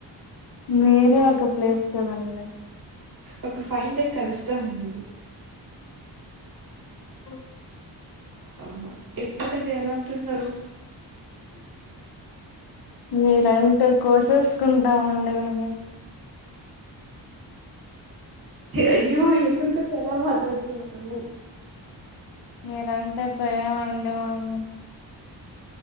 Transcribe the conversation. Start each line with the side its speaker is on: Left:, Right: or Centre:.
Left: మీరే ఒక ప్లేస్ కదండి
Right: ఒక ఫైన్ డే కలుస్తామండి
Left: ఓ
Right: ఆ ఎందుకండి అలా అంటున్నారు
Left: మీరంటే కోసేసుకుంటామండి మేము
Right: అయ్యో ఎందుకండి అలా మాట్లాడుతున్నారు
Left: మీరంటే ప్రేమ అండి మాకు